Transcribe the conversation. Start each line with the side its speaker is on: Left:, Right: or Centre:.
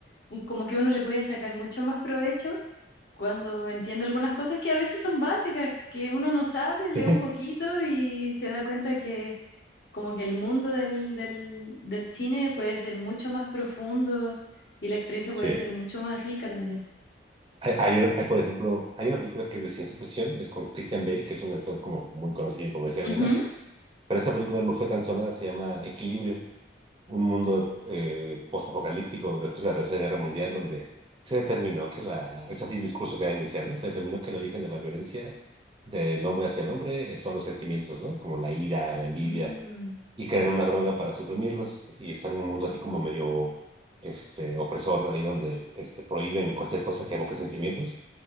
Left: u- como que uno le puede sacar mucho más provecho cuando entiende algunas cosas que a veces son básicas, que uno no sabe, lee
Right: Sí.
Left: un
Right: <laughs>
Left: poquito y se da cuenta que como que el mundo del, del, del cine puede ser mucho más profundo y la experiencia
Right: Sí.
Left: puede ser mucho más rica también.
Right: Hay, hay, una- hay, por ejemplo, hay una película que es de ciencia ficción, es con Christian Bale, que es un actor como muy conocido y comercial y
Left: Ujú,
Right: demás, pero esta película no fue tan sonada, se llama Equilibrio, un mundo eh, postapocalíptico después de la Tercera Guerra Mundial, donde se determinó que la, es así el discurso que da iniciando, se determinó que el origen de la violencia del hombre hacia el hombre eh, son los sentimientos, ¿no? Como la ira, la envidia,
Left: Mm.
Right: y crean una droga para suprimirlos y están en un mundo así como medio este, opresor, ahí donde este, prohíben cualquier cosa que evoque sentimientos.